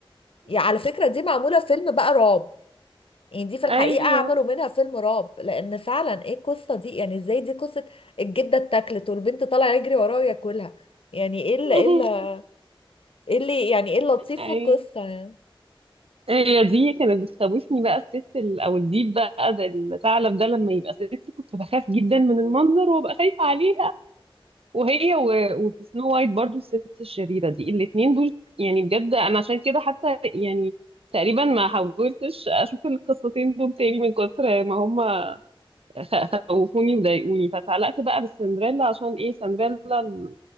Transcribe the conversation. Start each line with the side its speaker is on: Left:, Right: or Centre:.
Left: يعني على فكره دي معموله فيلم بقى رعب يعني دي في الحقيقه
Right: ايوه
Left: عملوا منها فيلم رعب لان فعلا ايه القصه دي يعني ازاي دي قصه الجده اتاكلت والبنت طالعه يجري وراها وياكلها يعني ايه اللي
Right: <laughs>
Left: ايه اللي ايه اللي يعني ايه اللطيف
Right: ايوه
Left: في القصه يعني
Right: هي دي كانت بتخوفني بقى الست ال... او الديب بقى ده الثعلب ده لما يبقى ست كنت بخاف جدا من المنظر وابقى خايفة عليه وهي و... وفي سنو وايت برضو الست الشريرة دي الاتنين دول يعني بجد انا عشان كده حتى يعني تقريبا ما حاولتش اشوف القصتين دول تاني من كتر ما هم خ- خوفوني وضايقوني فتعلقت بقى بالسندريلا عشان ايه سندريلا ال-